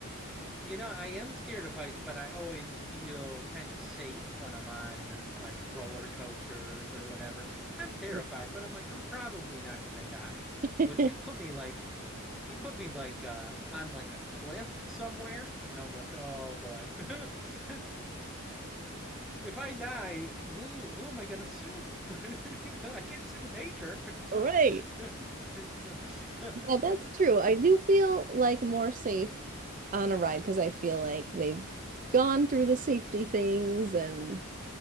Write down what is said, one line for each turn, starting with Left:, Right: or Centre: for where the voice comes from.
Centre: you know, I am scared of heights, but I always feel kind of safe when I'm on uh, like roller coasters or whatever. I'm terrified,
Right: <laughs>
Centre: but I'm like, I'm probably not gonna die.
Right: <laughs>
Centre: But you put me like you put me like uh on like a cliff somewhere and i'm like oh boy <laughs> if i die who who am i gonna sue <laughs> You know, i can't sue nature
Right: Right.
Centre: <laughs> Yeah.
Right: Yeah, that's
Centre: <laughs>
Right: true. I do feel like more safe on a ride because I feel like they've gone through the safety things and